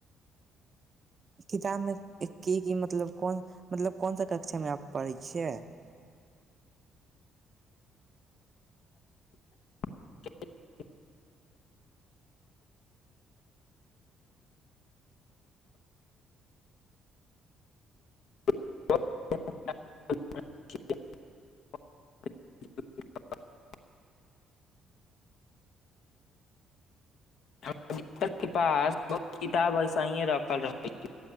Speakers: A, on the right; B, on the left.
A: किताब मे की की मतलब कोन मतलब कोन सा कक्षामे आब पढ़ै छियै
B: <unintelligible> <unintelligible> हमर बिस्तर के पास बहुत किताब ऐसहिए रखल रह छै